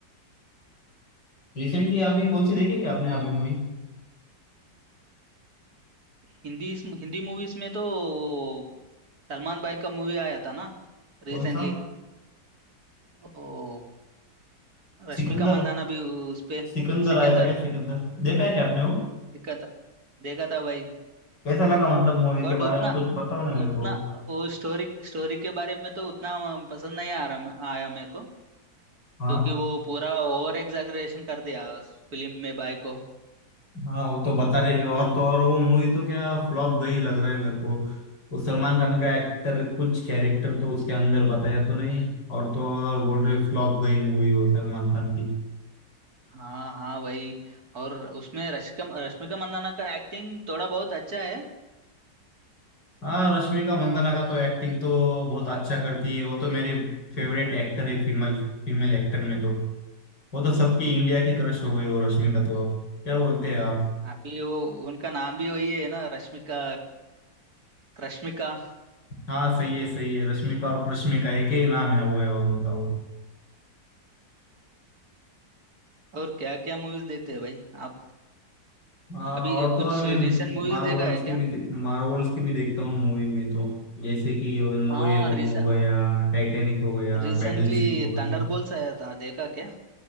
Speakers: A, on the left; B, on the right.
A: रिसेंटली अभी कौन सी देखी है क्या आपने अभी मूवी
B: हिंदी हिंदी मूवीज में तो वो सलमान भाई का मूवी आया था ना रिसेंटली
A: कौन सा
B: ओ रश्मिका
A: सिकंदर
B: मंदाना भी उस पे
A: सिकंदर
B: सिकंदर
A: आया था क्या सिकंदर देखा है क्या आपने वो
B: देखा था देखा था भाई
A: कैसा लगा मतलब मूवी
B: बट
A: के
B: उतना
A: बारे में कुछ बताओ ना मेरे
B: उतना
A: को
B: वो स्टोरी स्टोरी के बारे में तो उतना पसंद नहीं आ रहा आया मेरे को
A: हाँ
B: क्योंकि वो पूरा ओवर एग्जैगरेशन कर दिया उस फिल्म में बाई को
A: हाँ वो तो बता रही है और तो और वो मूवी तो क्या फ्लॉप गई लग रहा है मेरे को वो सलमान खान का एक्टर कुछ कैरेक्टर तो उसके अंदर बताया तो नहीं और तो और बोल रहे फ्लॉप गई मूवी वो सलमान खान की
B: हाँ हाँ भाई और उसमें रश्मिका रश्मिका मंदाना का एक्टिंग थोड़ा बहुत अच्छा है
A: हाँ रश्मिका मंदाना का तो एक्टिंग तो बहुत अच्छा करती है वो तो मेरी फेवरेट एक्टर है फीमेल फीमेल एक्टर में तो वो तो सबकी इंडिया की क्रश हो गई वो रश्मिका तो क्या बोलते हैं आप
B: अभी वो उनका नाम भी वही है ना रश्मिका रश्मिका
A: हाँ सही है सही है रश्मिका और कृष्मिका एक ही नाम है वो है उनका वो
B: और क्या क्या मूवीज देखते हैं भाई आप
A: हाँ
B: कभी
A: और तो
B: कुछ
A: और मैं
B: रीसेंट मूवीज
A: मार्वल्स
B: देखा है
A: की
B: क्या
A: भी मार्वल्स की भी देखता हूँ मूवी में तो जैसे कि नो
B: हाँ
A: वे होम
B: रिसेंट
A: हो गया टाइटैनिक हो गया
B: रिसेंटली
A: बैटलशिप हो गया
B: थंडरबोल्ट्स आया था देखा क्या